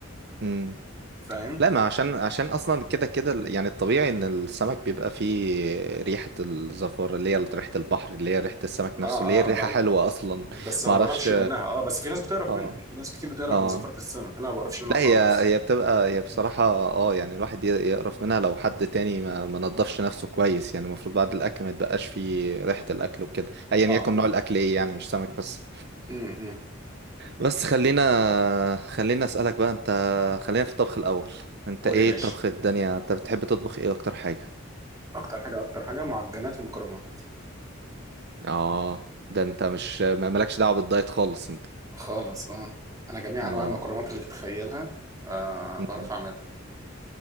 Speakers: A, on the right; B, on the right.
A: امم
B: فاهم
A: لا ما عشان عشان اصلا كده كده ال- يعني الطبيعي ان السمك بيبقى فيه ريحه الزفار اللي هي ريحه البحر اللي هي ريحه السمك نفسه
B: آه
A: اللي هي الريحه
B: آه ب...
A: حلوه اصلا
B: بس ما
A: ما
B: بعرفش
A: اعرفش
B: منها اه بس في ناس بتعرف
A: اه
B: منها في ناس كتير بتعرف
A: اه
B: من زفارة السمك انا ما بعرفش منها
A: لا
B: خالص
A: هي هي بتبقى هي بصراحة اه يعني الواحد ي- يقرف منها لو حد تاني ما ما نضفش نفسه كويس يعني المفروض بعد الأكل ما يتبقاش فيه ريحة الأكل وكده أيا
B: اه
A: يكن
B: اه
A: نوع الأكل إيه يعني مش سمك بس
B: امم
A: بس خلينا خلينا أسألك بقى أنت خلينا في الطبخ الأول أنت
B: قول
A: إيه
B: يا باشا
A: الطبخ الدنيا أنت بتحب تطبخ إيه أكتر حاجة؟
B: اكتر حاجه اكتر حاجه معجنات ومكرونات
A: آه ده أنت مش ما- مالكش دعوة بالدايت خالص أنت
B: خالص اه انا جميع
A: آه
B: انواع المكرونات اللي تتخيلها آه
A: مم.
B: بعرف اعملها